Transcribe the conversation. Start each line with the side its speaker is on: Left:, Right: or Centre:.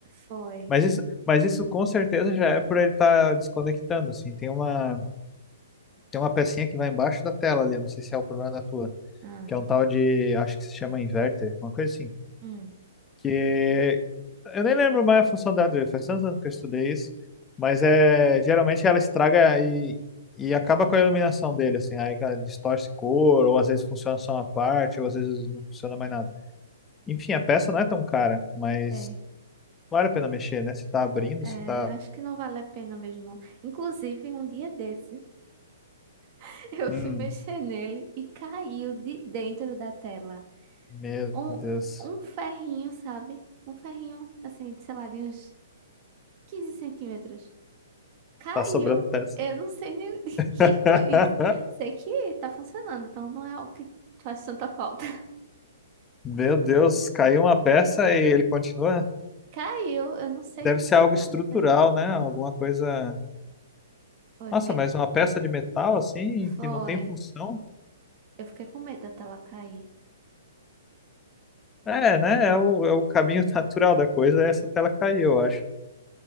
Right: Foi.
Left: Mas isso, mas isso com certeza já é por ele estar desconectando, assim. Tem uma, tem uma pecinha que vai embaixo da tela ali, eu não sei se é o problema da tua,
Right: Ah,
Left: que é um tal de, acho que se chama inverter, uma coisa assim.
Right: hum,
Left: Que Eu nem lembro mais a função da Adria, faz tantos anos que eu estudei isso, mas é, geralmente ela estraga e, e acaba com a iluminação dele, assim, aí ela distorce cor, ou às vezes funciona só uma parte, ou às vezes não funciona mais nada. Enfim, a peça não é tão cara, mas
Right: sei.
Left: vale a pena mexer, né? Se tá abrindo,
Right: É,
Left: se tá.
Right: acho que não vale a pena mesmo, não. Inclusive, um dia desse, <laughs> eu
Left: Hum,
Right: fui mexer nele e caiu de dentro da tela.
Left: meu
Right: Um,
Left: Deus,
Right: um ferrinho, sabe? Um ferrinho, assim, de, sei lá, de uns 15 centímetros. Caiu.
Left: tá sobrando peça.
Right: Eu não sei nem <laughs> de quem
Left: <laughs>
Right: foi isso. Sei que tá funcionando, então não é algo que faz tanta falta. <laughs>
Left: Meu Deus, caiu uma peça e ele continua.
Right: Caiu. Eu não sei
Left: Deve ser algo
Right: de
Left: estrutural,
Right: onde foi.
Left: né? Alguma coisa.
Right: Foi,
Left: Nossa,
Right: fiquei,
Left: mas
Right: com-
Left: uma peça de metal assim,
Right: foi.
Left: que não tem função.
Right: Eu fiquei com medo da tela cair.
Left: É, né? É o, é o caminho <laughs> natural da coisa, é essa tela cair, eu acho.